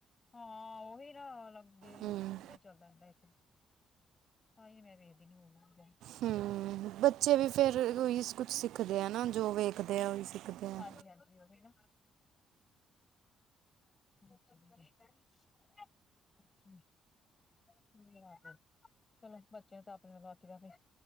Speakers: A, on the left; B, on the right.
A: ਹਾਂ, ਉਹੀ ਨਾ ਲਗੇ
B: ਹੂੰ
A: ਏਦਾਂ ਹੀ ਚੱਲਦਾ ਰਹਿੰਦਾ ਇੱਥੇ। ਤਾਂ ਹੀ ਮੈਂ ਦੇਖਦੀ ਨਹੀਂ ਮੂਵੀ ਜਾ
B: ਹੁੰ, ਬੱਚੇ ਵੀ ਫੇਰ ਉਹੀ ਕੁਛ ਸਿੱਖਦੇ ਆ ਨਾ, ਜੋ ਵੇਖਦੇ ਆ ਉਹੀ ਸਿੱਖਦੇ ਆ।
A: ਹਾਂਜੀ, ਉਹਹੀ ਨਾ <inaudible> ਆ ਚਲੋ ਬੱਚਿਆਂ ਨੇ ਤਾਂ ਆਪਣੇ ਨਾਲੋਂ ਆਖੀਦਾ ਵੀ